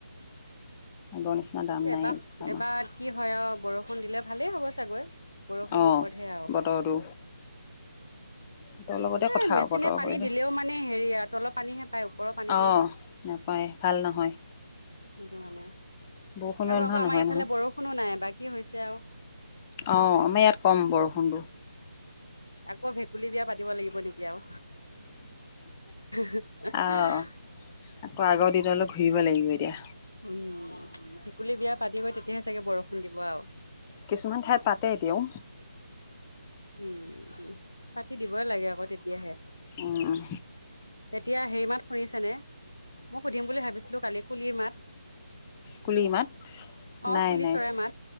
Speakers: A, on the left (about 20°); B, on the left (about 80°).
A: আগৰ নিচিনা দাম নাই
B: এবাৰ
A: ধানৰ
B: এবাৰ কি হয় অ। বৰষুণ দিলে ভালেই হ'ব চাগৈ বৰষুণৰ
A: অঁ
B: ওপৰতহে আৰু।
A: বতৰটো বতৰৰ লগতে কথা
B: এই মেচিনে
A: আৰু বতৰ
B: পানী
A: কৰিলে
B: দিলেও মানে হেৰি আৰু তলৰ পানীহে পায় ওপৰৰ পানী
A: অঁ নাপায় ভাল নহয়।
B: সেইটো মানে আৰু
A: বৰষুণৰ
B: আকৌ
A: নহয়
B: আমাৰ
A: নহয়
B: ইফালে
A: নহয়
B: বৰষুণো নাই বাকি হৈছে আৰু।
A: অ আমাৰ ইয়াত কম বৰষুণটো।
B: আকৌ ভেকুলী বিয়া পাতিব লাগিব নেকি আৰু। <unintelligible>
A: অঁ আকৌ আগৰ দিনলৈ ঘূৰিব লাগিব এতিয়া।
B: উম ভেকুলী বিয়া পাতি গৈ তেতিয়াহে চাগে বৰষুণ দিব আৰু।
A: কিছুমান ঠাইত পাতে এতিয়াও।
B: উম পাতি দিবই লাগে আকৌ তেতিয়াহে।
A: উম
B: এতিয়া সেই মাত শুনিছেনে মোক সুধিম বুলি ভাবিছিলো কালি কুলিৰ মাত।
A: কুলিমাত
B: অ,
A: নাই
B: কুলি
A: নাই।
B: চৰাই মাত